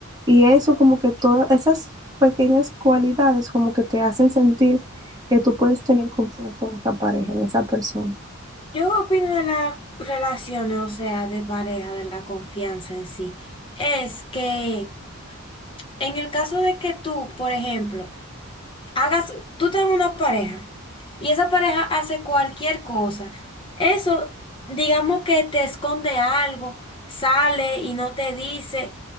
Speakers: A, on the right (about 20°); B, on the left (about 25°).
A: Y eso como que todas esas pequeñas cualidades como que te hacen sentir que tú puedes tener confianza en esa pareja, en esa persona.
B: Yo opino de la relación, o sea, de pareja, de la confianza en sí, es que en el caso de que tú, por ejemplo, hagas, tú estás en una pareja y esa pareja hace cualquier cosa. Eso, digamos que te esconde algo, sale y no te dice.